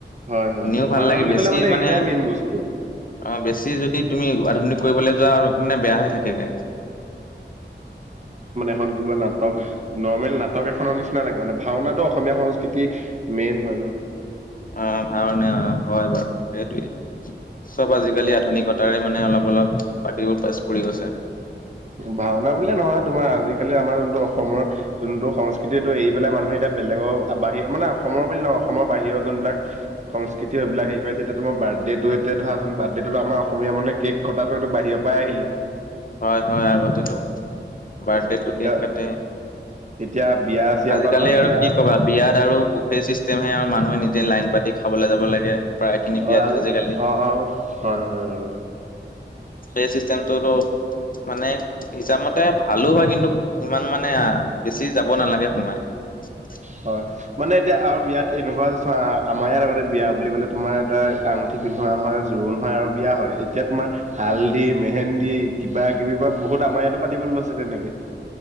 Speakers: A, on the right (about 40°); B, on the left (about 50°).
A: হয় হয়
B: শুনিও
A: ভাওনা
B: ভাল লাগে
A: বুলি
B: বেছি
A: ক'লে এইকেইটাই
B: মানে
A: মেইন বস্তু।
B: অ। বেছি যদি তুমি আধুনিক কৰিবলে যোৱা মানে বেয়া হৈ থাকেগে।
A: খন কিবা নাটক নৰ্মেল নাটক এখনৰ নিচিনা লাগে মানে ভাওনাটো অসমীয়া সংস্কৃতিৰ মেইন হয়। হেল্ল।
B: অ ভাওনা হয় বাৰু সেইটোৱে। চব আজিকালি আধুনিকতাৰে মানে অলপ অলপ বাকীবোৰ পিচ পৰি গৈছে।
A: ভাওনা বুলিয়ে নহয় তোমাৰ আজিকালি আমাৰ যোনটো অসমৰ যোনটো সংস্কৃতিটো এৰি পেলাই মানুহ। এতিয়া বেলেগৰ বাহিৰ মানে অসমৰ বুলি নহয় অসমৰ বাহিৰৰ যোনবিলাক সংস্কৃতি সেইবিলাক হেৰি কৰিছে এতিয়া অসমৰ। বাৰ্থডেটো এতিয়া ধৰাচোন বাৰ্থডে টো আমাৰ অসমীয়া মানুহে কেক কটাটো এইটো বাহিৰৰ পৰাই আহিলে।
B: হয় হয় আগতেতো বাৰ্থডেটো
A: এতিয়া
B: কেক কাটে।
A: এতিয়া বিয়া চিয়াৰ
B: আজিকালি
A: পৰা ধৰা
B: আৰু
A: বিয়া
B: কি কবা বিয়াত আৰু কুফে চিষ্টেম হে আৰু মানুহে নিজে। নিজে লাইন পাতি খাবলৈ যাব লাগে প্ৰায় খিনি বিয়াত
A: অ আজি
B: আজিকালি।
A: অ অ হয় হয় বাৰু।
B: এই চিষ্টমটো টো। মানে হিচাপমতে ভালো হয় কিন্তু ইমান মানে বেছি যাব নালাগে সোমাই। <unintelligible>
A: হয় মানে এতিয়া আৰু বিয়াত এনেকুৱা চোৱা আমাৰ ইয়াত আগতে বিয়া বুলি কলে তোমাৰ এটা আঙুঠি। পিন্ধোৱা হয় জোৰোণ হয় আৰু বিয়া হয় এতিয়া তোমাৰ হালধি মেহেন্দি কিবা কিবি পৰা বহুত। আমাৰ ইয়াতো পাতিব লৈছে তেনেকে।